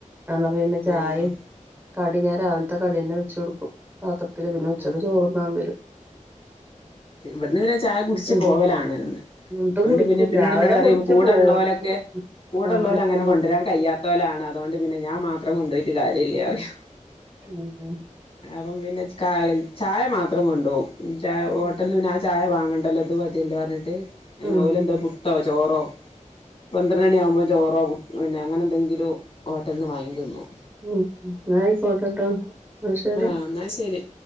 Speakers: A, on the right; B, on the left.
A: അന്നാ പിന്നെ ചായെയും,
B: ആഹ്
A: കടി ഞാൻ രാവിലത്തെ കടിന്നെ വെച്ച് കൊടുക്കും. പാത്രത്തില് പിന്നെ ഉച്ചക്ക്
B: ആഹ്
A: ചോറുണ്ണാൻ വരും.
B: ഇവിടുന്ന് പിന്ന ചായ കുടിച്ച്
A: കൊണ്ടോവും
B: പോവലാണ്. ന്നും
A: ഇതും
B: അതുകൊണ്ട്
A: കുടിക്കും
B: പിന്നെ പിന്നീടെ
A: രാവിലെ
B: ന്നോട് പറിം
A: കുടിച്ച്
B: കൂടെഉള്ളോലക്കെ
A: പോവും ഉം
B: കൂടെല്ലോ
A: ആ
B: ല് അങ്ങനെ
A: പോകുമ്പോ
B: കൊണ്ടുവരാൻ കയ്യാത്തോലാണ് അതുകൊണ്ട് പിന്നെ ഞാൻ മാത്രം കൊണ്ടു പോയിട്ട് കാര്യല്ല പറയും
A: ഉം
B: അപ്പം പിന്നെ ക ചായ മാത്രം കൊണ്ടോവും ചാ ഹോട്ടല്
A: ഉം
B: ചായ വാങ്ങണ്ടല്ലോ ഇത് മതിയല്ലോ പറഞ്ഞിട്ട്.
A: ഉം
B: ഓലെന്തോ പുട്ടോ, ചോറോ പന്ത്ര മണി ആകുമ്പോ ചോറോ പു അങ്ങനെ എന്തെങ്കിലും ഹോട്ടലി നിന്ന് വാങ്ങിതിന്നു.
A: ഉം എന്നാ ആയിക്കോട്ടെട്ടോ ആ ശരി.
B: ആഹ് എന്നാ ശരി